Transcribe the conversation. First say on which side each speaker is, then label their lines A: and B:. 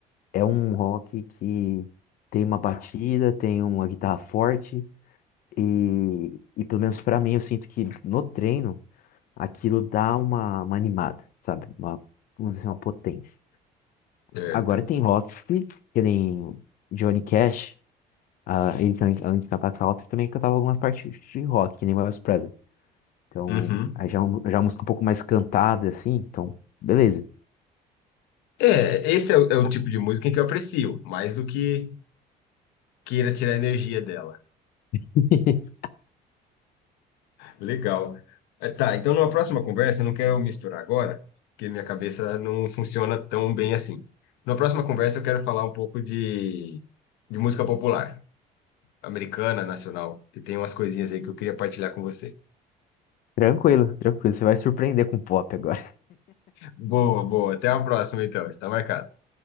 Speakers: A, on the left; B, on the left.
A: É um rock que tem uma batida, tem uma guitarra forte e, e pelo menos pra mim eu sinto que no treino aquilo dá uma, uma animada, sabe? Uma, vamos dizer, uma potência.
B: Certo.
A: Agora tem rock que, que nem Johnny Cash, ah, ele também, além de cantar country, também cantava algumas partes de rock, que nem Elvis Presley. Então,
B: Uhum.
A: aí já, é um- já é uma música um pouco mais cantada, assim, então, beleza.
B: É, esse é o, é o tipo de música em que eu aprecio, mais do que queira tirar a energia dela.
A: <laughs>
B: Legal. É, tá, então numa próxima conversa, eu não quero misturar agora, porque minha cabeça não funciona tão bem assim. Na próxima conversa, eu quero falar um pouco de, de música popular, americana, nacional, que tem umas coisinhas aí que eu queria partilhar com você.
A: Tranquilo, tranquilo, você vai surpreender com pop agora.
B: Boa, boa. Até a próxima, então. Está marcado.